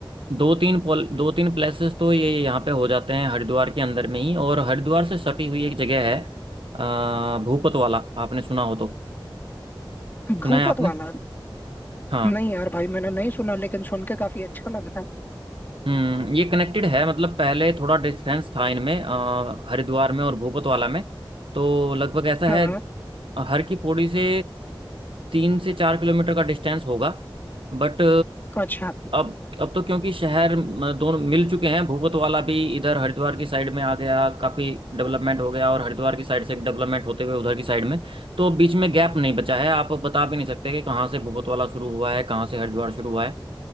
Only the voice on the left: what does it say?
भूपत
वाला
नहीं यार भाई मैंने नहीं सुना लेकिन सुन के काफी अच्छा लग रहा है
हाँ
हाँ
अच्छा